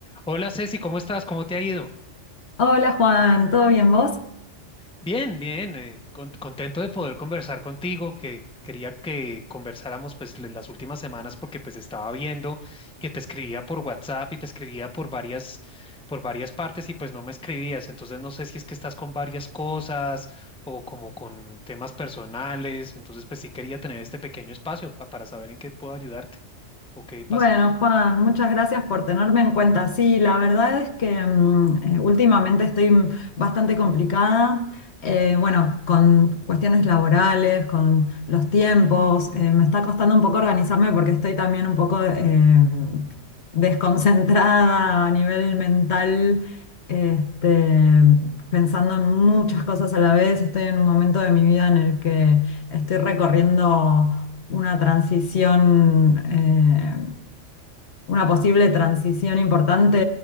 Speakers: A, in the centre; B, on the left.
A: Hola Ceci, ¿cómo estás? ¿Cómo te ha ido?
B: Hola Juan, ¿todo bien vos?
A: Bien, bien, eh, con- contento de poder conversar contigo, que quería que conversáramos pues le- las últimas semanas porque pues estaba viendo que te escribía por WhatsApp y te escribía por varias, por varias partes y pues no me escribías, entonces no sé si es que estás con varias cosas o como con temas personales, entonces pues sí quería tener este pequeño espacio pa- para saber en qué puedo ayudarte o qué pasa.
B: Bueno, Juan, muchas gracias por tenerme en cuenta. Sí, la verdad es que mm, eh, últimamente estoy mm, bastante complicada, eh, bueno, con cuestiones laborales, con los tiempos, eh, me está costando un poco organizarme porque estoy también un poco eh, desconcentrada a nivel mental, este, pensando en muchas cosas a la vez. Estoy en un momento de mi vida en el que estoy recorriendo una transición. eh, una posible transición importante